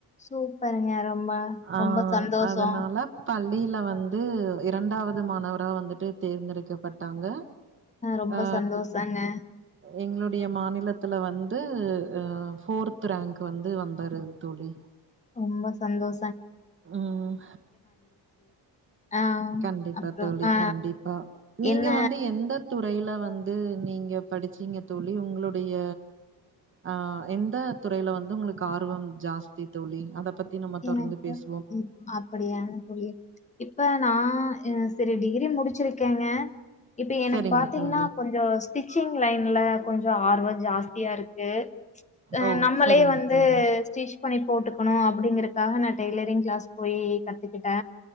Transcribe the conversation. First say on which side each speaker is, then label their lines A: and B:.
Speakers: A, on the left (about 15°); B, on the right (about 30°).
A: சூப்பருங்க ரொம்ப
B: ஆ
A: ரொம்ப சந்தோஷோ
B: அதனால பள்ளியில வந்து இரண்டாவது மாணவரா வந்துட்டு தேர்ந்தெடுக்கப்பட்டாங்க
A: ரொம்ப
B: ஆ
A: சந்தோஷங்க
B: எங்களுடைய மாநிலத்துல வந்து ஃபோர்த் ரேங்க் வந்து வந்த <unintelligible> தோளி
A: ரொம்ப சந்தோஷோ
B: ம்
A: ஆ
B: கண்டிப்பா
A: அப்றோ
B: தோழி
A: ஆ
B: கண்டிப்பா நீங்க
A: என்ன
B: வந்து எந்த துறையில வந்து நீங்க படி ச்சீங்க தோழி உங்களுடைய அ எந்த துறையில வந்து உங்களுக்கு ஆர்வம் ஜாஸ்தி தோழி அதப் பத் தி நம்ம தொடர்ந்து
A: எனக்கு
B: பேஸ்
A: ம் அப்டியாங்க தோழி இப்ப நா அ செரி டிகிரி முடிச்சிருக்கேங்க இப்பு எனக்
B: சரிங்க
A: பாத்தீங்னா
B: தோழி
A: கொஞ்சோ ஸ்டிச்சிங் லைன்ல கொஞ்சோ ஆர்வ ஜாஸ் தியார்க்கு அ
B: ஓ
A: நம்மளே
B: சரிங்க
A: வந்து
B: தோழி
A: ஸ்டிச் பண்ணி போட்டுக்கணு அப்டிங்று நா டெய்லரிங் க்ளாஸ் போயி கத்துக்குட்டே